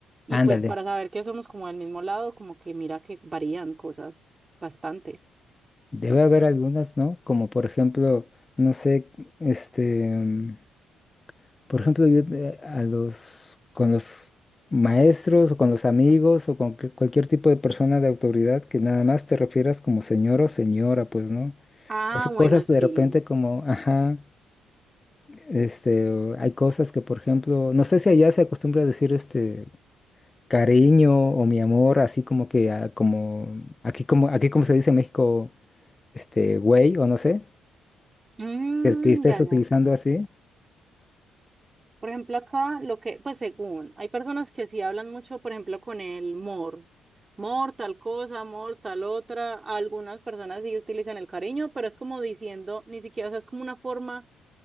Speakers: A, on the right (about 20°); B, on the left (about 15°).
A: Y
B: Ándale.
A: pues para saber que somos como del mismo lado, como que mira que varían cosas bastante.
B: Debe haber algunas, ¿no? Como por ejemplo, no sé, este, mm, por ejemplo, yo eh, a los, con los maestros o con los amigos o con que- cualquier tipo de persona de autoridad que nada más te refieras como señor o señora, pues, ¿no?
A: Ah,
B: Eso,
A: bueno,
B: cosas
A: sí.
B: de repente como, ajá. Este, o- hay cosas que, por ejemplo, no sé si allá se acostumbra a decir este cariño o mi amor, así como que ah, como aquí como aquí como se dice en México, este güey o no sé,
A: Mm,
B: que, que estés
A: ya,
B: utilizando
A: ya.
B: así.
A: Por ejemplo, acá lo que, pues según, hay personas que sí hablan mucho, por ejemplo, con el mor. Mor, tal cosa, mor, tal otra. Algunas personas sí utilizan el cariño, pero es como diciendo, ni siquiera, o sea, es como una forma,